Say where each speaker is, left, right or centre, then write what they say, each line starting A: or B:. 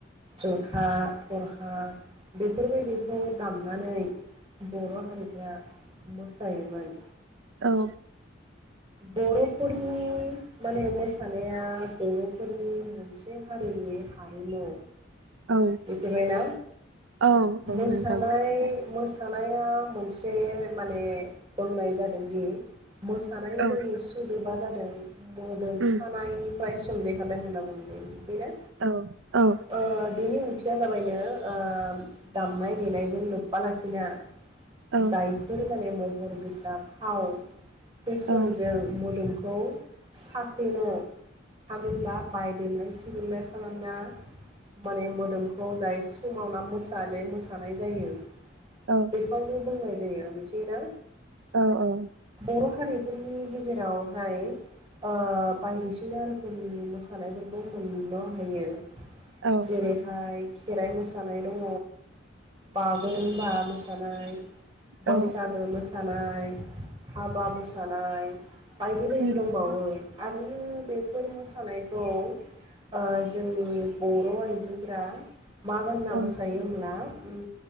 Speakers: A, on the right; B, on the right.
A: जथा थरखा बेफोरबायदिखौ दामनानै बर' हारिफ्रा मोसायोमोन।
B: औ।
A: बर'फोरनि माने मोसानाया बर'फोरनि मोनसे हारिनि हारिमु।
B: औ
A: मिथिबायना
B: औ औ
A: मोसानाय
B: नोंथां मोनथिबाय
A: मोसा नाया मोनसे माने बुंनाय जादोंदि मोसानाय
B: औ
A: जोंनि सोदोबा जा दों मोदोम
B: उम
A: सानायनि फ्राय सोमजिखादों होनना बुंनाय जायो बेनो
B: औ औ
A: ओ बिनि ओं थिया जाबायनो ओ दामनाय देनायजों लोब्बा लाखिना
B: औ
A: जायफोर माने महर गोसा फाव फेसनजों
B: औ
A: मोदोमखौ खौ साफेन' थामहिनबा बायदेनाय सिदेनाय खालामना माने मोदोम खौ जाय समावना मोसानाय मोसानाय जायो
B: औ
A: बेखौनो बुंनाय जायो मिथियोना।
B: औ औ।
A: बर' हारिफोरनि गेजेरावहाय ओ बायदिसिना रोखोमनि मोसानायफोरखौ मोननो हायो।
B: औ
A: जेरैहाय खेराइ मोसानाय दङ बागुरुम्बा मोसानाय बैसागो
B: औ
A: मोसानाय नाय। हाबा मोसानाय बायदि बायदि
B: उम
A: दंबावो। आरो बेफोर मोसानायखौ ओ जोंनि बर' आइजोफोरा मा गानना
B: औ
A: मोसायोहोमब्ला उम